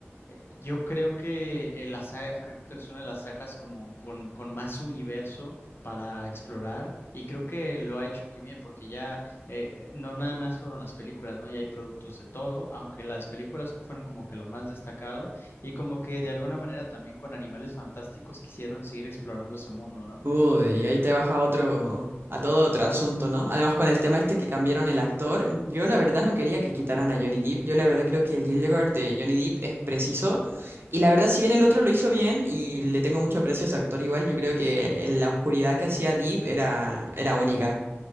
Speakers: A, on the left; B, on the right.
A: eh, yo creo que eh, la saga de Harry Potter es una de las sagas como con, con más universo para explorar y creo que lo ha hecho muy bien porque ya eh, no nada más fueron las películas, ¿no? Ya hay productos de todo, aunque las películas fueron como que lo más destacado y como que de alguna manera también con Animales Fantásticos quisieron seguir explorando ese mundo, ¿no?
B: Uy, y ahí te vas a otro, a todo otro asunto, ¿no? Además, con el tema este que cambiaron el actor, yo la verdad no quería que quitaran a Johnny Depp. Yo la verdad creo que el Gildegard de Johnny Depp es preciso. Y la verdad, si bien el otro lo hizo bien y le tengo mucho aprecio a ese actor igual, yo creo que en la oscuridad que hacía Depp era, era única.